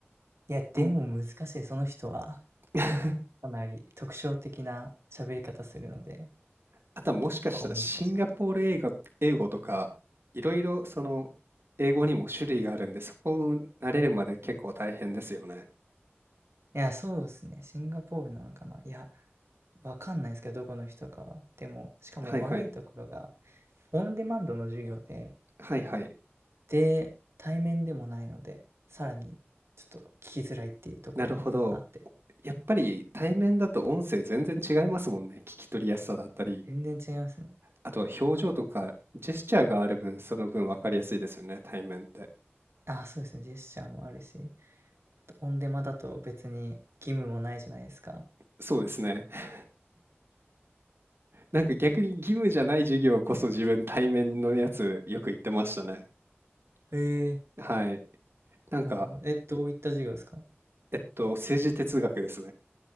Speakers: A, on the right; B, on the right.
A: いや、でも難しい、
B: も
A: その人は。
B: う
A: かなり特徴的な喋り方するので、
B: あとはもしかしたらシンガポール英語、
A: 結構難しくて。
B: 英語とか、いろいろその英語にも種類があるんで、そこを慣れるまで結構大変ですよね。
A: いや、そうですね。シンガポールなのかな。いや、わかんないですけど、どこの人かは。でも、しかも悪いところが、
B: はいはい。
A: オンデマンドの授業で、
B: はいはい。
A: で、対面でもないので、さらにちょっと聞きづらいっていうところもあって、
B: なるほど。やっぱり対面だと音声全然違いますもんね。聞き取りやすさだったり、
A: 全然違いますね。
B: あとは表情とかジェスチャーがある分、その分分かりやすいですよね、対面って。
A: あ、そうですね。ジェスチャーもあるし、あとオンデマだと別に義務もないじゃないですか。
B: そうですね。<laughs> なんか逆に義務じゃない授業こそ自分対面のやつよく言ってましたね。
A: へえ、
B: はい。なんか、
A: なるほど。え、どういった授業ですか
B: えっと、政治哲学ですね。